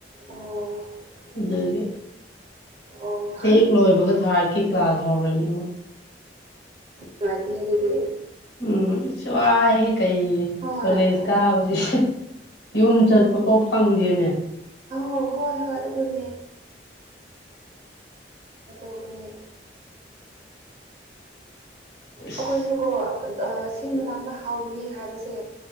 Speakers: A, on the right (about 35°); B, on the left (about 70°).
A: ꯑꯣ
B: ꯑꯗꯒꯤ
A: ꯑꯣ
B: ꯑꯩꯠ ꯂꯣꯏꯕꯒ ꯊꯥꯔꯠꯀꯤ ꯀ꯭ꯂꯥꯁ ꯍꯧꯔꯅꯤꯕ
A: ꯅꯨꯡꯉꯥꯏꯇꯦ ꯑꯗꯨꯗꯤ
B: ꯎꯝ ꯁꯤꯋꯥ ꯍ ꯀꯩ
A: ꯍꯣꯏ
B: ꯀꯣꯂꯦꯖ
A: ꯍꯣꯏ
B: ꯀꯥꯕꯁꯦ ꯌꯨꯝ ꯆꯠꯄꯐꯥꯎ ꯐꯪꯗꯦꯅꯦ
A: ꯑꯧ ꯍꯣꯏ ꯍꯣꯏ ꯑꯗꯨꯅꯦ ꯀꯅꯦ
B: ꯑꯁ
A: ꯑꯩꯈꯣꯏꯁꯨꯀꯣ ꯁꯤ ꯃꯇꯥꯡꯗ ꯍꯧꯅꯤ ꯍꯥꯏꯕꯁꯦ